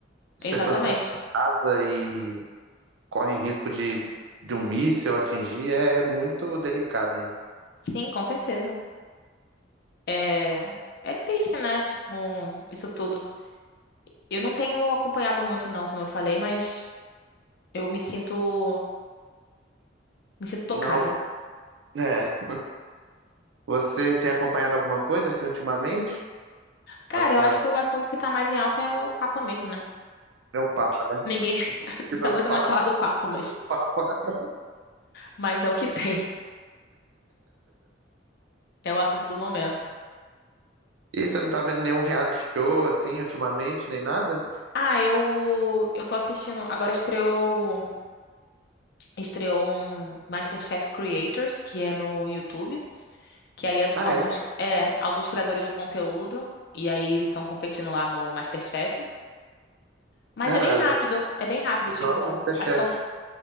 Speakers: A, on the left (about 55°); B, on the right (about 75°).
A: exatamente.
B: as pessoas estão em casa e correm risco de, de um míssil atingir. É, é muito delicado, né?
A: Sim, com certeza. É, é triste, né? Tipo, isso tudo. Eu não tenho acompanhado muito, não, como eu falei, mas. Eu me sinto, me sinto tocada.
B: Não, é. Você tem acompanhado alguma coisa assim ultimamente?
A: Cara,
B: Alguma
A: eu acho que o assunto que tá mais em alta é o Papa mesmo, né?
B: É o Papa, né?
A: Ninguém <laughs>
B: Se eu não
A: não aguenta
B: falar,
A: mais falar
B: tá
A: do Papa, mas,
B: fora.
A: mas é o que tem. É o assunto do momento.
B: E você não tá vendo nenhum reality show, assim, ultimamente, nem nada?
A: Ah, eu eu tô assistindo, agora estreou estreou um MasterChef Creators, que é no YouTube, que aí as-
B: Ah,
A: alguns
B: é?
A: é, alguns criadores de conteúdo e aí eles estão competindo lá no MasterChef, mas
B: Cara,
A: é bem
B: adoro,
A: rápido, é bem rápido,
B: adoro
A: tipo,
B: Masterchef.
A: acho que é um